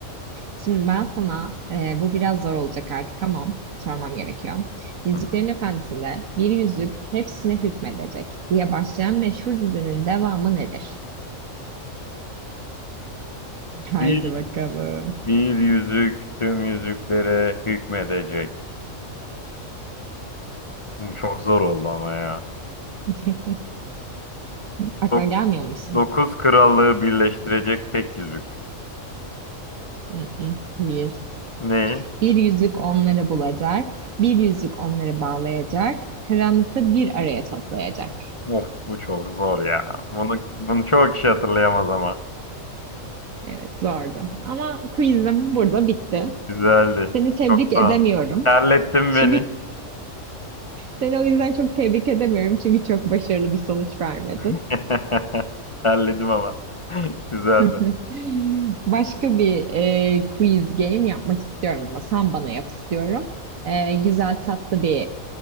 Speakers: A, on the right; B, on the left.
A: şimdi ben sana e, bu biraz zor olacak artık ama sormam gerekiyor. Yüzüklerin
B: Hı.
A: Efendisi'nde bir yüzük hepsine hükmedecek diye başlayan meşhur dizinin devamı nedir? Haydi
B: Bir,
A: bakalım.
B: bir yüzük tüm yüzüklere hükmedecek. Bu çok zor oldu ama ya.
A: <laughs> Aklına
B: Dok-
A: gelmiyor mu bir şey?
B: dokuz krallığı birleştirecek tek yüzük.
A: Mm-mm, Değil.
B: Ne?
A: Bir yüzük onları bulacak, bir yüzük onları bağlayacak, karanlıkta bir araya toplayacak.
B: Of bu çok zor ya. Bunu, bunu çok kişi hatırlayamaz ama.
A: Evet, zordu. Ama quizim burada bitti.
B: Güzeldi.
A: Seni tebrik
B: Çok sağ
A: edemiyorum.
B: ol. Terlettin
A: Çünkü
B: beni.
A: seni o yüzden çok tebrik edemiyorum. Çünkü çok başarılı bir sonuç vermedin.
B: <laughs> Terledim ama. <laughs> Güzeldi.
A: <laughs> Başka bir e, quiz game yapmak istiyorum ama sen bana yap istiyorum. E, güzel tatlı bir